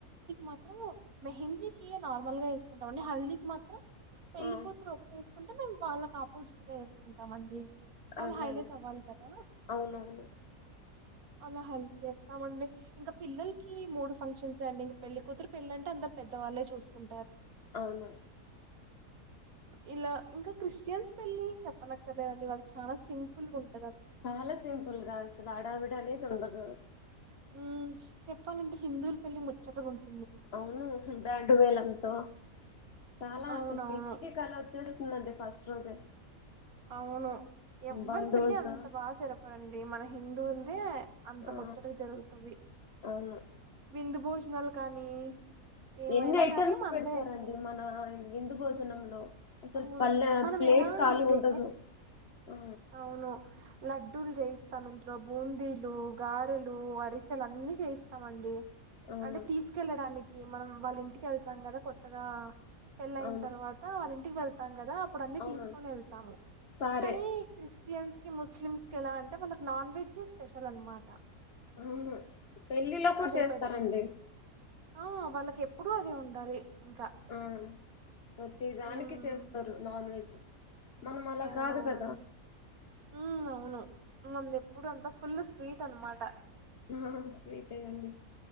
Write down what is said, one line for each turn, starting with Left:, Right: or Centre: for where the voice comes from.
Right: మాత్రము మెహందీకి నార్మల్ గా వేసుకుంటాం అండి హల్దీకి మాత్రం పెళ్లి
Left: ఆ
Right: కూతురు ఒకటేస్ కుంటే మేము వాళ్ళకి ఆపోజిట్గా వేసుకుంటాంమండి వాళ్ళు
Left: అదే
Right: హైలైట్
Left: అండి
Right: అవ్వాలి కదా
Left: అవునవును
Right: అలా హెల్ప్ చేస్తామండి ఇంకా పిల్లలకి మూడు ఫంక్షన్స్ అండి ఇంక పెళ్లి కూతురు పెళ్లి అంటే అంతా పెద్దవాళ్లే చూసుకుం
Left: అవును
Right: ఇలా ఇంకా క్రిస్టియన్స్ పెళ్లి చెప్పనక్కర్లేదండి వాళ్ళు చాలా సింపుల్ గా
Left: చాల సింపుల్ కాస్లు హడావిడి గలీజు ఉండదు
Right: మ్మ్ చెప్పలంటే హిందువులు పెళ్లి ముచ్చటగా ఉంటు
Left: అవును బ్యాండు మేలంతో చాలా
Right: అవునవును.
Left: అసలు ఇంటికి కలచ్చ చూస్తుందండి ఫస్ట్ రోజే
Right: అవును ఎవ్వరు
Left: బంధువులతో
Right: పెళ్లి అంత బాగా జరపరండి మన హిందువులదే అంత
Left: ఆ
Right: ముచ్చటగా జరుగుతుంది.
Left: అవును
Right: విందు భోజన <inaudible> కానీ ఏమైనా
Left: ఎన్ని ఐటమ్స్
Right: కానీ మనదే
Left: పెడతారండి
Right: ఎక్కువుంటది.
Left: మన విందుకు భోజనంలో అసలు
Right: అవును
Left: పల్లె
Right: మనం
Left: ప్లేట్
Right: ఎలా
Left: ఖాళీ
Right: అంటే
Left: ఉండదు ఆ
Right: అవును లడ్డూల్ చేయిస్తాం ఇంట్లో బూందీలు గారెలు అరిస్ సల్ అన్నీ చేయిస్తామండి
Left: అవును
Right: అంటే తీసుకెళ్ళడాని మనం వాళ్ళ ఇంటికి ఎళ్తాం కదా కొత్తగా పెళ్ళైన
Left: అవును
Right: తర్వాత వాళ్ళింటి వెళ్తాం కదా అప్పుడన్నీ
Left: అవును
Right: తీసుకొని ఎళ్తాము
Left: సారే
Right: కానీ క్రిస్టియన్స్ కి ముస్లిమ్స్ కి ఎలా అంటే వాళ్ళకి నాన్ వెజ్ స్పెషల్ అనమాట
Left: అవును పెళ్ళిలో కూడా
Right: అదే
Left: చేస్తారండి
Right: పెడతారు ఆ వాళ్ళకి ఎప్పుడూ అది ఉండాలి ఇంకా
Left: ఆ ప్రతీదానికి
Right: ఉమ్
Left: చేస్తరు నా వెజ్ మనం అలా
Right: అవునవునండి
Left: కాదు కదా
Right: ఉ అవును మనదెప్పుడు అంతా ఫుల్ స్వీట్ అనమాట
Left: ఆ స్వీటే అండి